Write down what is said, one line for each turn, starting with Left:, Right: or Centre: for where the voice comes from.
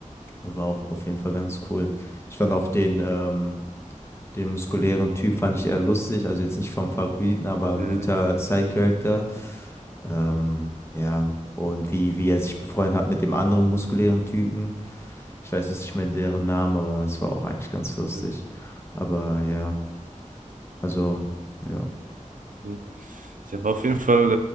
Left: Das war auch auf jeden Fall ganz cool. Ich fand auch den, ähm, den muskulären Typ fand ich eher lustig. Also jetzt nicht vom Favoriten, aber ein
Right: äh,
Left: guter Side-Character. Ähm, ja, und wie, wie er sich befreundet hat mit dem anderen muskulären Typen. Ich weiß jetzt nicht mehr deren Namen, aber es war auch eigentlich ganz lustig.
Right: äh.
Left: Aber ja, also, ja.
Right: Ja, Ja, war auf jeden Fall